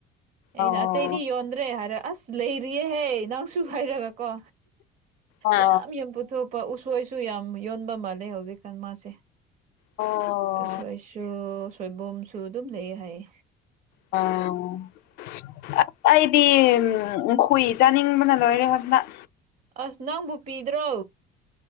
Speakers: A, on the right; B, on the left.
A: ꯑꯩꯅ
B: ꯑꯣ
A: ꯑꯇꯩꯗꯤ ꯌꯣꯟꯗ꯭ꯔꯦ ꯍꯥꯏꯔꯦ ꯑꯁ ꯂꯩꯔꯤꯌꯦꯍꯦ ꯅꯪꯁꯨ ꯍꯥꯏꯔꯒ ꯀꯣ
B: ꯑ ꯑ
A: ꯌꯥꯝ ꯌꯥꯝ ꯄꯨꯊꯣꯛꯄ ꯎꯁꯣꯏꯁꯨ ꯌꯥꯝ ꯌꯣꯟꯕ ꯃꯥꯜꯂꯦ ꯍꯧꯖꯤꯛꯀꯥꯟ ꯃꯥꯁꯦ
B: ꯑꯣ
A: ꯎꯁꯣꯏꯁꯨ ꯁꯣꯏꯕꯨꯝꯁꯨ ꯑꯗꯨꯝ ꯂꯩ ꯍꯥꯏꯌꯦ
B: <unintelligible> ꯇꯤꯝ ꯑꯈꯣꯏ ꯆꯥꯅꯤꯡꯕꯅ ꯂꯣꯏꯔꯦ <unintelligible>
A: ꯑꯁ ꯅꯪꯕꯨ ꯄꯤꯗ꯭ꯔꯣ